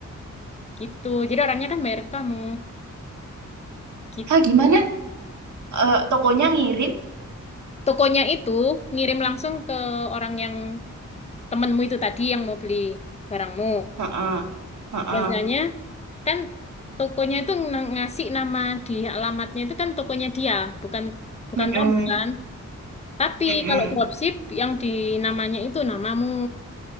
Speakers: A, on the left; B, on the right.
A: gitu. Jadi orangnya kan bayar ke kamu gitu.
B: Hah, gimana? Eh, tokonya ngirim?
A: Tokonya itu ngirim langsung ke orang yang temenmu itu tadi yang mau beli barangmu.
B: Heeh. Heeh.
A: Biasanya kan tokonya itu ng- ngasih nama di alamatnya itu kan tokonya dia, bukan bukan
B: Heeh.
A: kamu kan. Tapi
B: Heeh.
A: kalau dropship yang di namanya itu namamu.